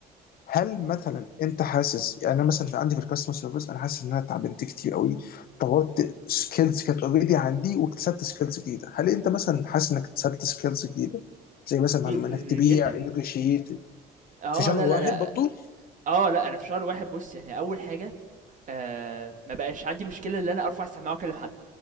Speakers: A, on the left (about 60°); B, on the right (about 50°).
A: هل مثلا
B: أمم.
A: انت حاسس يعني انا مثلا في عندي في الكاستمر سيرفيس انا حاسس ان انا اتعلمت كتير قوي طورت سكيلز كانت اوريدي عندي واكتسبت سكيلز جديده هل انت مثلا حاسس انك اكتسبت سكيلز جديده زي مثلا
B: كتير
A: انك تبيع
B: جدا
A: نيجوشيت
B: اه
A: في شهر
B: لا
A: واحد
B: لا لا
A: برضه
B: اه لا انا في شهر واحد بص يعني اول حاجه آه ما بقاش عندي مشكله ان انا ارفع السماعه واكلم حد